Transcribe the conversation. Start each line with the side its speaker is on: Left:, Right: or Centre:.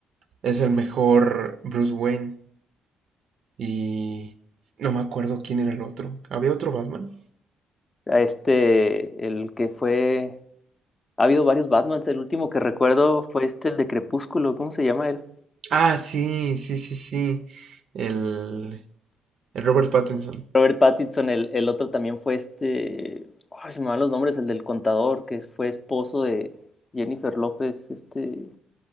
Right: Es el mejor Bruce Wayne y no me acuerdo quién era el otro. ¿Había otro Batman?
Left: A este, el que fue. Ha habido varios Batmans. El último que recuerdo fue este, el de Crepúsculo. ¿Cómo se llama él?
Right: Ah, sí, sí, sí, sí. El, el Robert Pattinson.
Left: Robert Pattinson. El, el otro también fue este. Ay, se me van los nombres. El del contador, que fue esposo de Jennifer López. Este.